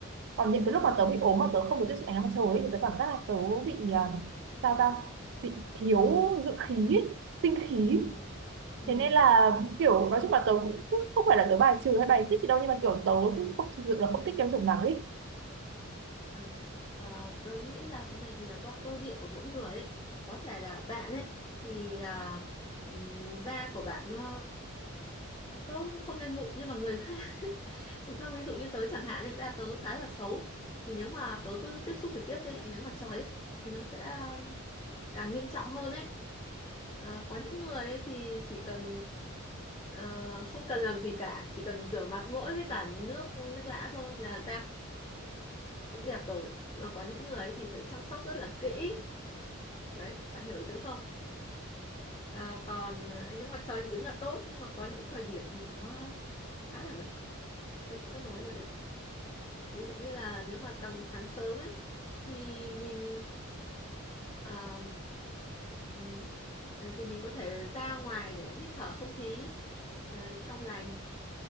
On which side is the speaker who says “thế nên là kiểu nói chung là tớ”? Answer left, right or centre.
Right